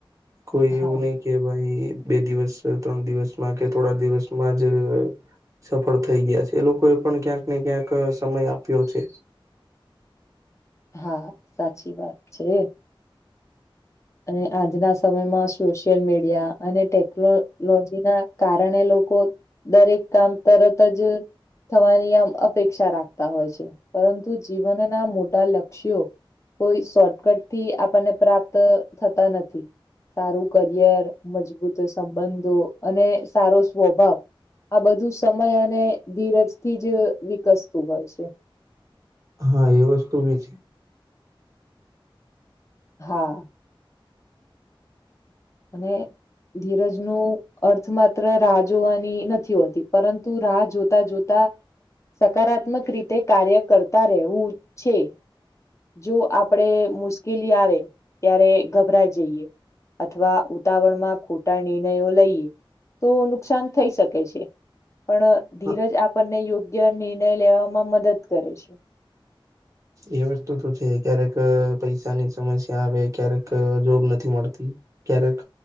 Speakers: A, on the right (about 35°); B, on the left (about 35°).
A: કોઈ
B: હા
A: એવું નહી કે કે ભાઈ બે દિવસ, ત્રણ દિવસમાં કે થોડા દિવસમાં જ સફળ થઈ ગયા છે, એ લોકો એ પણ ક્યાંક ને ક્યાંક સમય આપ્યો છે.
B: હા, સાચી વાત છે. અને આજના સમયમાં સોશિયલ મીડિયા અને ટેકનો લોજી ના કારણે લોકો દરેક કામ તરતજ થવાની આમ અપેક્ષા રાખતા હોય છે, પરંતુ જીવનના મોટા લક્ષ્યો કોઈ શોર્ટકટ થી આપણને પ્રાપ્ત થતા નથી. સારું કરિયર, મજબૂત સંબંધો, અને સારો સ્વભાવ. આ બધું સમય અને ધીરજથી જ વિકસતું હોય છે.
A: હા એ વસ્તુબી છે.
B: હા અને ધીરજનું અર્થ માત્ર રાહ જોવાની નથી હોતી, પરંતુ રાહ જોતા જોતા સકારાત્મક રીતે કાર્ય કરતા રહેવું છે. જો આપડે મુશ્કેલી આવે ત્યારે ગભરા જઈએ અથવા ઉતાવળમાં ખોટા નિર્ણયો લઈએ, તો નુકસાન થઈ શકે છે. પણ ધીરજ
A: હા
B: આપણને યોગ્ય નિર્ણય લેવામાં મદદ કરે છે.
A: એ વસ્તુ તો છે, ક્યારેક પૈસાની સમસ્યા આવે, ક્યારેક જોબ નથી મળતી. ક્યારેક